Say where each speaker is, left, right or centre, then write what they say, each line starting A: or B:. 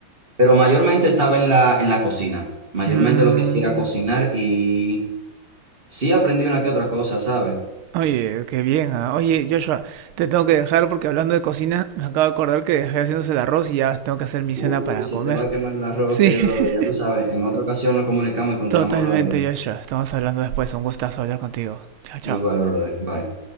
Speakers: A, on the right; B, on the right.
A: pero mayormente estaba en la, en la cocina, mayormente
B: Mm.
A: lo que hacía era cocinar y sí aprendí una que otra cosa, ¿sabes?
B: Oye, qué bien, ah. Oye, Joshua, te tengo que dejar porque hablando de cocina, me acabo de acordar que dejé haciéndose el arroz y ya tengo que hacer mi cena
A: Uy,
B: para
A: se
B: comer.
A: te va a quemar el arroz,
B: Sí,
A: que brother,
B: <laughs>
A: ya tú sabes, en otra ocasión nos comunicamos y continuamos
B: totalmente,
A: hablando.
B: Joshua. Estamos hablando después. Un gustazo hablar contigo. Chao, chao.
A: Igual, brother, bye.